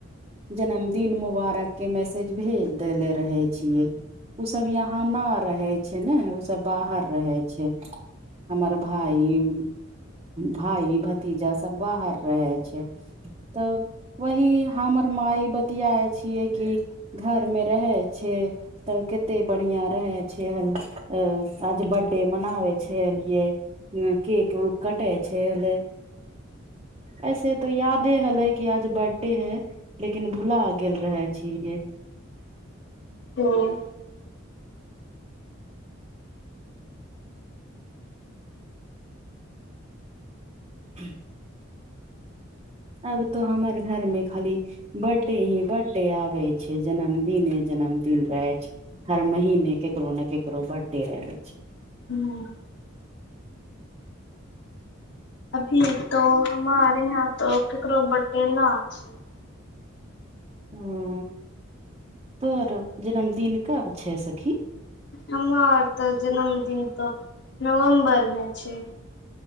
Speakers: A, on the right; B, on the left.
A: जन्मदिन मुबारकके मैसेज भेज देेले रहे छियै ऊ सब यहाँ न रहै छै ने ओ सब बाहर रहै छैय हमर भाई भाई भतीजा सब बाहर रहे छैय तऽ वहीऽ हमर माइ बतियाए छियै कि घरमे रहै छैय तब कते बढ़ििया रह छैय हेल आज बर्थडे मनाबै छैय हेलिय केक उक कटे छै एल ऐसे तो याद हले कि आज बर्थडे है लेकिन भुला गेल रहे छेलिय
B: ओऽ
A: <inaudible> अब तो हमर घर मे खाली बडे ही बडे आबै छै जनम दने जन्मदिन रहै छै हर महने ककरो ने ककरो बर्डे रहै छै
B: हूँ अभी तो हमार यहाँ तो केकरो बर्थडे न छै
A: ओ तोर जन्मदिन कब छै सखी
B: हमर तऽ जन्मदिन तऽ नवम्बर मे छै